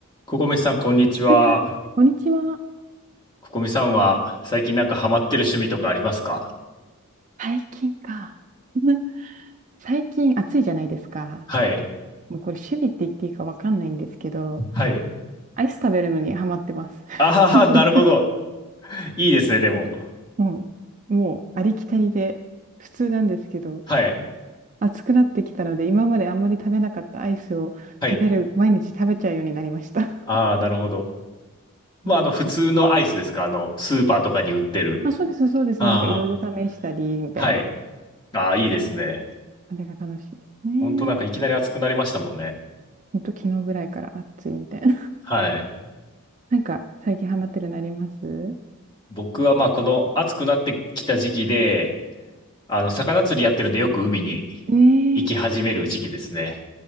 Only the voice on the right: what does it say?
はいはい。土日は
最近か。<laughs> 最近暑いじゃないですか。
もうこれ趣味って言っていいかわかんないんですけど、
アイス食べるのにハマってます。
<laughs>
もう、もうありきたりで普通なんですけど、
暑くなってきたので、今まであんまり食べなかったアイスを食べる、
毎日食べちゃうようになりました。
そうですね。
あ、そうです、そうです。
なんかいろいろ試したりみたいな。
あれが楽しいですね。
ほんと昨日ぐらいから暑いみたいな。
なんか最近ハマってるのあります
えー、